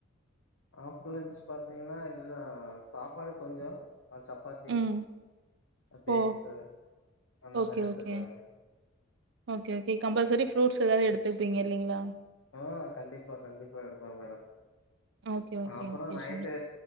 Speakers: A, on the left; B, on the right.
A: ஆப்டர் லன்ச் பாத்தீங்கன்னா இதுதான் சாப்பாடு கொஞ்சம் அது சப்பாத்தி
B: ம்.
A: டேட்ஸு
B: ஓ!
A: அந்த
B: ஓகே,
A: மாரி எடுத்துக்கங்க
B: ஓகே. ஓகே, ஓகே. கம்பல்சரி ஃப்ரூட்ஸ் எதாவது எடுத்துருப்பீங்க இல்லைங்களா
A: ஆஹ கண்டிப்பா கண்டிப்பா எடுப்பேன் மேடம்
B: ஓகே, ஓகே,
A: அப்பறம்
B: ஓகே
A: நைட்டு
B: சார்.